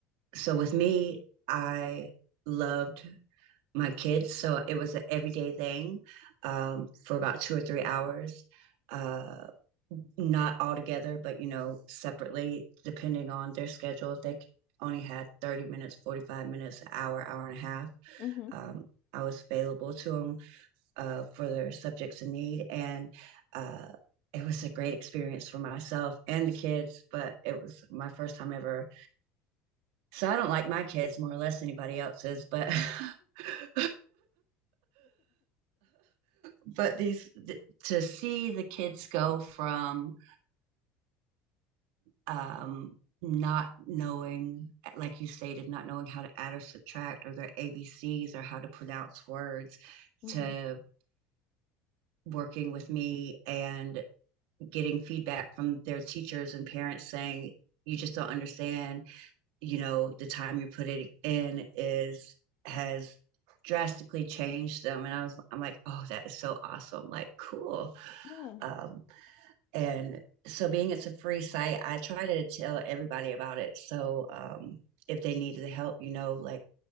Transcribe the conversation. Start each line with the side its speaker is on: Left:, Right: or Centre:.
Right: so with me, I loved my kids. So it was an everyday thing um, for about two or three hours, uh, not all together, but you know, separately, depending on their schedule. If they only had 30 minutes, 45 minutes, an hour, hour and a half,
Left: hmm
Right: um, I was available to them uh, for their subjects in need. And uh, it was a great experience for myself and the kids, but it was my first time ever so I don't like my kids more or less anybody else's, but <laughs> but these th- to see the kids go from um, not knowing, like you stated, not knowing how to add or subtract or their ABCs or how to pronounce words
Left: hmm
Right: to working with me and getting feedback from their teachers and parents saying, you just don't understand you know the time you put it in is has drastically changed them and i was i'm like oh that is so awesome like cool
Left: Yeah,
Right: um and so being it's a free site i try to tell everybody about it so um if they need the help you know like